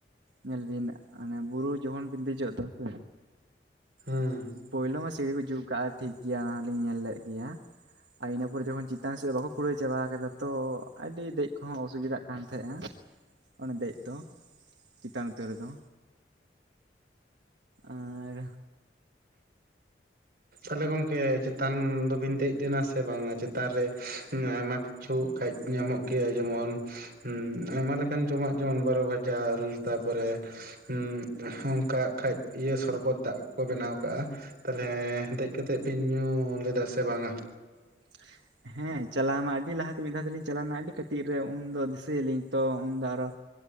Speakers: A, on the right; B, on the right.
A: ᱧᱮᱞ ᱵᱤᱱ ᱟᱸᱱᱮ ᱵᱩᱨᱩ ᱡᱚᱠᱷᱚᱱ ᱵᱤᱱ ᱫᱮᱡᱚᱜ ᱫᱚ ᱥᱮ
B: ᱦᱩᱸ
A: ᱯᱳᱭᱞᱳ ᱢᱟ ᱥᱤᱲᱤ ᱠᱚ ᱡᱩᱜ ᱠᱟᱜᱼᱟ ᱴᱷᱤᱠ ᱜᱮᱭᱟ ᱚᱱᱟ ᱦᱚᱸᱞᱤᱧ ᱧᱮᱞ ᱞᱮᱜ ᱜᱮᱭᱟ ᱟᱨ ᱤᱱᱟᱹ ᱯᱚᱨᱮ ᱡᱚᱠᱷᱚᱱ ᱪᱮᱛᱟᱱ ᱥᱮᱫ ᱫᱚ ᱵᱟᱠᱚ ᱠᱩᱲᱟᱹᱭ ᱪᱟᱵᱟ ᱠᱟᱫᱟ ᱛᱚ ᱟᱹᱰᱤ ᱫᱮᱡ ᱠᱚᱦᱚᱸ ᱚᱥᱩᱵᱤᱫᱟᱜ ᱠᱟᱱ ᱛᱟᱦᱮᱸᱜᱼᱟ ᱚᱱᱮ ᱫᱮᱡ ᱫᱚ ᱪᱮᱛᱟᱱ ᱩᱛᱟᱹᱨ ᱨᱮᱫᱚ ᱟᱨᱻ
B: ᱟᱞᱮ ᱜᱚᱝᱠᱮ ᱪᱮᱛᱟᱱ ᱫᱚᱵᱤᱱ ᱫᱮᱡ ᱞᱮᱱᱟ ᱥᱮ ᱵᱟᱝᱟ ᱪᱮᱛᱟᱱ ᱨᱮ ᱟᱭᱢᱟ ᱠᱤᱪ ᱪᱷᱩ ᱠᱷᱟᱡ ᱧᱟᱢᱚᱜ ᱜᱮᱭᱟ ᱡᱮᱢᱚᱱ ᱦᱩᱸ ᱟᱭᱢᱟ ᱞᱮᱠᱟᱱ ᱡᱚᱢᱟᱜ ᱡᱮᱢᱚᱱ ᱵᱟᱨᱚ ᱵᱷᱟᱡᱟᱞ ᱛᱟᱯᱚᱨᱮ ᱦᱩᱸ ᱚᱝᱠᱟ ᱠᱷᱟᱡ ᱤᱭᱟᱹ ᱥᱚᱨᱵᱚᱫᱽ ᱫᱟᱜ ᱠᱚᱠᱚ ᱵᱮᱱᱟᱣ ᱠᱟᱜᱼᱟ ᱛᱟᱞᱦᱮ ᱫᱮᱡ ᱠᱟᱛᱮᱜ ᱵᱤᱱ ᱧᱩ ᱞᱮᱫᱟ ᱥᱮ ᱵᱟᱝᱟ
A: <unintelligible> ᱦᱮᱸ ᱪᱟᱞᱟᱣ ᱢᱟ ᱟᱹᱰᱤ ᱞᱟᱦᱟᱛᱮ ᱢᱤᱫ ᱫᱷᱟᱣ ᱛᱮᱞᱤᱧ ᱪᱟᱞᱟᱣᱱᱟ ᱟᱹᱰᱤ ᱠᱟᱹᱴᱤᱜ ᱨᱮ ᱩᱱᱫᱚ ᱫᱤᱥᱟᱹᱭᱞᱤᱧ ᱛᱚ ᱩᱱᱫᱚ ᱟᱨᱚ